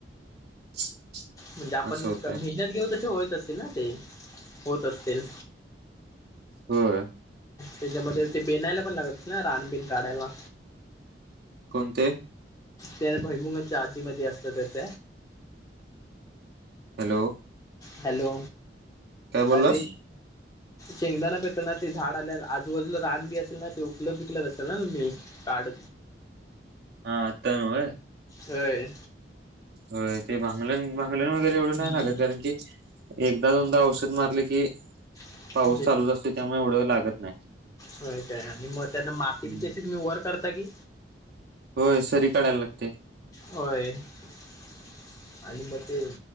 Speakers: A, on the right; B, on the left.
A: <inaudible>
B: म्हणजे आपण
A: असं होतंय
B: मेहनत घेऊन तसे होत असतील ना ते? होत असतील.
A: होय
B: त्याच्यामध्ये ते बेनायला पण लागत ना रानबीण काढायला
A: कोण ते
B: त्या भैमुंगच्या आधीमध्ये असत त्याच
A: हॅलो
B: हॅलो
A: काय बोललास
B: अरे चंगदाना पतना ते झाड आल्या आजूबाजूला रान बी असेल ना ते उपलब्ध केल असेल ना काढ
A: हा आता ना व्हय.
B: व्हय.
A: हो ते भांगल्याण, भांगल्याण वगैरे एवढं
B: हम्म
A: नाही लागत कारण की एकदा दोनदा औषध मार <unintelligible> की
B: <unintelligible>
A: पाऊस चालूच असतो त्यामुळे एवढं लागत नाही
B: होय काय आणि मग त्यांन माती
A: हम्म.
B: बी तशी मी वर <unintelligible> की
A: होय सरी काढायला लागते
B: होय. <unintelligible> आणि मग ते